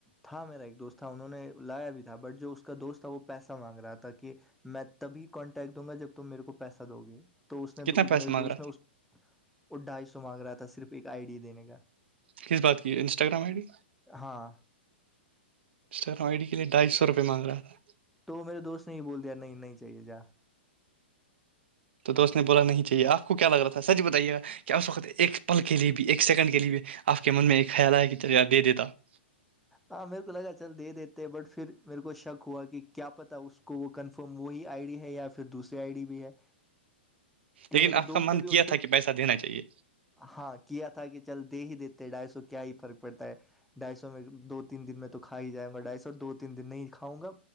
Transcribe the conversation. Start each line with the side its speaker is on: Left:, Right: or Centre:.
Centre: تھا میرا ایک دوست تھا انہوں نے لایا بھی تھا بٹ جو اس کا دوست تھا وہ پیسہ مانگ رہا تھا کہ میں تبھی کانٹیکٹ دوں گا جب تم میرے کو پیسہ دو گے تو اس نے
Right: کتنا پیسہ
Centre: میرے
Right: مانگ
Centre: دوست
Right: رہا
Centre: نے وہ ڈھائی سو مانگ رہا تھا صرف ایک آئیڈیا دینے کا
Right: کس بات کی انسٹاگرام آئی ڈی
Centre: ہاں
Right: اسٹرڈی کے لیےھائی سو روپئے مانگ رہا تھا
Centre: تو میرے دوست نے نہیں بول دیا نہیں چاہیے جا
Right: تو دوست نے بولا نہیں چاہیے آپ کو کیا لگ رہا تھا سچ بتائیےا کیا اس وقت ایک پل کے لیے بھی ایک سیکنڈ کے لیے بھی آپ کے من میں ایک خیال آیا کہ تکری دے دیتا ہ
Centre: ہاں میرے کو لگا چل دے دیتے بٹ پھر میرے کو شک ہوا کہ کیا پتا اس کو کو وہ کنفرم وہی آئی ڈی ہے یا پھر دوسری آئی ڈی بھی ہے کیوں
Right: لیکن
Centre: میرے
Right: آپ
Centre: دوست
Right: کا من
Centre: نے بھی
Right: کیا
Centre: اس پہ
Right: تھا کہ پیسہ دینا چاہیے
Centre: ہاں کیا تھا کہ چل دے ہی دیتے ڈھائی سو کیا ہی فرق پڑتا ہے ڈھائی سو تو میں دو تین دن میں تو کھا ہی جاں گا ڈھائی سو دو تین دن نہیں کاؤں گا